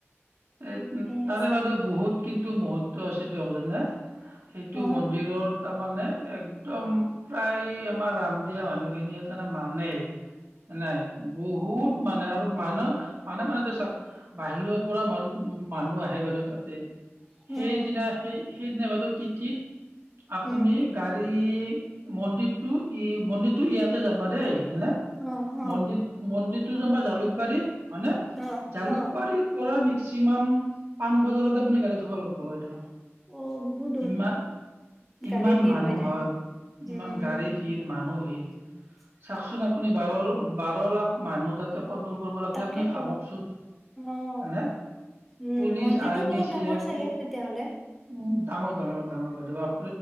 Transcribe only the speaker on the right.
এ
তাৰে বাইদেউ বহুত কিন্তু মুহৰ্ত আছে দেও জানে নে? সেইটো
মন দিৰৰ তাৰমানে একদম প্ৰায় আমাৰ ৰাম দিয়া মানুহখিনিয়ে তাৰে মানে।
নাই বহুত
মানে আৰু মানুহ মানুহ মানে তে চাওক বাহিৰৰ পুৰা মান মানুহ আহে বাইদেউ তাতে
সেইদিনা তাত সেই সেইদিনা বাইদেউ তিথিত আপুনি
গাড়ী মন্দিৰটো ই মন্দিৰটো ইয়াতে যাম বা দেই হয় না?
মন্দিৰ মন্দিৰটো যেন বা জালুকবাৰীত হয়নে?
জালুকবাৰী
পৰা মেক্সিমাম পাণ বজাৰতে আপুনি গাড়ীত থব লাগিব বাইদেউ।
ইমান ইমান
মানুহ
হয়,
ইমান গাড়ী হীৰ মানুহী
চাওকচোন আপুনি বাৰ বাৰ লাখ মানুহ তাতে কণ্ট্ৰল কৰিব লাগিলে
আপুনি ভাবকচোন?
হয়নে পুলিচ
আৰ্মি
চি
আৰ
পি
উম ডাঙৰ ডাঙৰ ডাঙৰ বাইদেউ আব